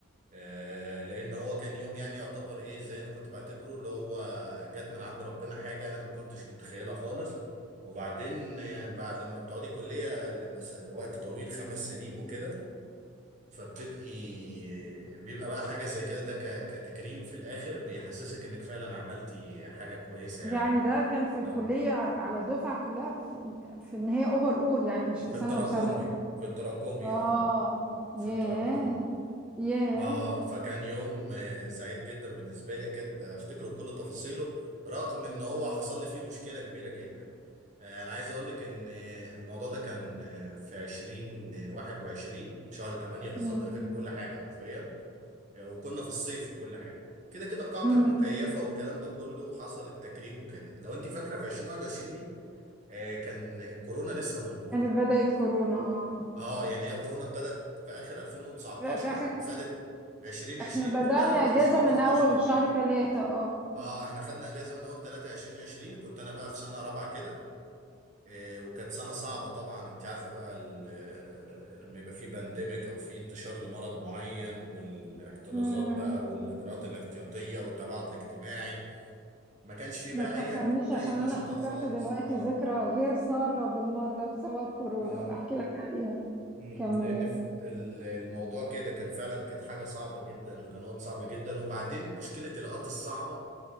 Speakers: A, on the right; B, in the centre.
A: آه، لان هو كان يوم يعني يعتبر ايه زي انا كنت بعتبره اللي هو جت من عند ربنا حاجة انا ما كنتش متخيلها خالص وبعدين آه، بعد ما بتقعدي كلية لوقت طويل خمس سنين وكده فبتبقي بيبقى بقى حاجة زي كده ده ك- كتكريم في الآخر بيحسسك إنك فعلا عملتي حاجة كويسة يعني
B: يعني ده كان في الكلية
A: اه
B: على الدفعة كلها في, في ان هي اوفر اول يعني مش
A: في
B: في سنة
A: التراكمي
B: وسنة
A: في التراكمي
B: اه
A: اه في
B: ياه
A: التراكمي
B: ياه
A: اه فكان يوم آه، سعيد جدا بالنسبة لي أكيد أفتكره بكل تفاصيله رغم إن هو حصل لي فيه مشكلة كبيرة جدا آه، أنا عايز أقول لك إن آه، الموضوع ده كان آه، في 2021 شهر 8 بالظبط
B: مم.
A: أنا فاكر كل حاجة حرفيا يعني وكنا في الصيف وكل حاجه كده كده القاعه
B: مم.
A: كانت مكيفه والكلام ده كله وحصل التكريم وكده لو انت فاكره في 2021 دي آه، كان الكورونا لسه موجوده
B: كانت بدأت كورونا اه
A: اه يعني هي كورونا ابتدت في اخر 2019
B: لا، في اخر
A: وخدت 2020
B: احنا بدأنا
A: كلها
B: اجازة
A: و2021
B: من اول شهر ثلاثة اه
A: اه احنا خدنا اجازه من اول 3 2020 كنت انا بقى في سنه رابعه كده آه، وكانت سنة صعبة طبعا انت عارفة بقى ال- آه، لما يبقى في بانديميك او في انتشار لمرض معين والاحترازات
B: امم
A: بقى والاجراءات الاحتياطية والتباعد الاجتماعي ما كانش في
B: ما
A: بقى
B: تفكرنيش
A: اي أك...
B: عشان
A: اي نشاطات
B: انا افتكرت
A: خالص
B: دلوقتي
A: اه
B: ذكرى غير سارة بالمرة بسبب كورونا
A: اه
B: هبقى احكي لك عليها
A: مم،
B: كملي
A: لان في ال- الموضوع كده كان فعلا كانت حاجة صعبة جدا وكان وقت صعب جدا وبعدين مشكلة الاوقات الصعبة